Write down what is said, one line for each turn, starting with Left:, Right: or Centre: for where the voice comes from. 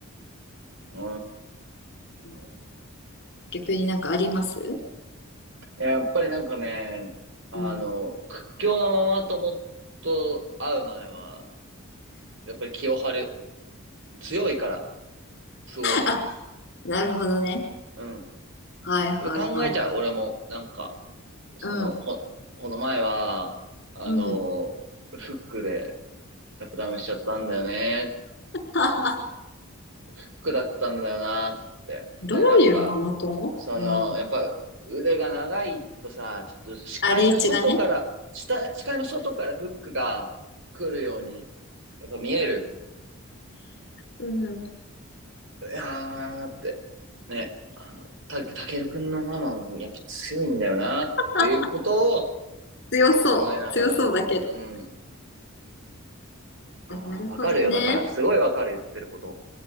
Right: うー
Left: うん
Right: ん。
Left: 逆になんかあります
Right: やっぱりなんかね、あの、
Left: うん、
Right: 屈強なママ友と会う前は、やっぱり気を張る。強いから、すごく。
Left: あなるほどね。
Right: うん。
Left: はいはいはいはい。
Right: やっぱ考えちゃう、俺も。なんか、その、
Left: うん。
Right: こ、この前は、あの、
Left: うん。
Right: フックで、やっぱダウンしちゃったんだよね。
Left: <laughs>
Right: フックだったんだよなって。
Left: どういうママ友うん。
Right: で、なんか、その、やっぱ腕が長いとさ、ちょっと視界の外から、
Left: あ、リーチがね。
Right: 下視界の外からフックが来るように、やっぱ見える。
Left: うん。
Right: いやーって、ね、あの、た、たけるくんのママもやっぱ強いんだよなっていうことを
Left: <laughs> 強そう。
Right: 考えながら、
Left: 強そうだけど。
Right: うん。まあ、
Left: あ、なるほどね。
Right: わかるよ。だから、すごいわかる言ってること。